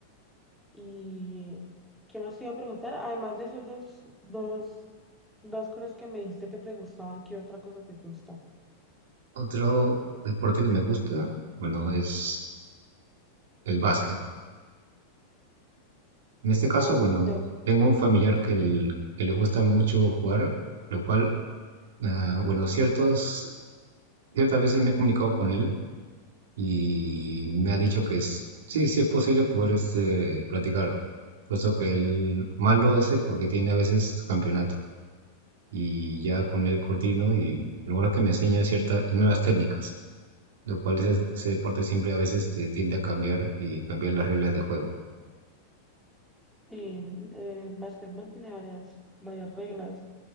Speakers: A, in the centre; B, on the right.
A: ¿Y qué más te iba a preguntar? Además de esas dos, dos, dos cosas que me dijiste que te gustaban, ¿qué otra cosa te gusta?
B: Otro deporte que me gusta, bueno, es el básquet. En este caso,
A: Ah,
B: bueno,
A: te, te-
B: tengo un familiar
A: ujú.
B: que, el- que le gusta mucho jugar, lo cual, ah, bueno, ciertos, ciertas veces me he comunicado con él y me ha dicho que es- sí, sí es posible poder este, practicar, puesto que él más lo hace porque tiene a veces campeonato y ya con él coordino y lo bueno es que me enseña ciertas nuevas técnicas, lo cual ese, ese deporte siempre a veces te tiende a cambiar y cambiar las reglas de juego.
A: Sí, el, el básquetbol tiene varias, varias reglas.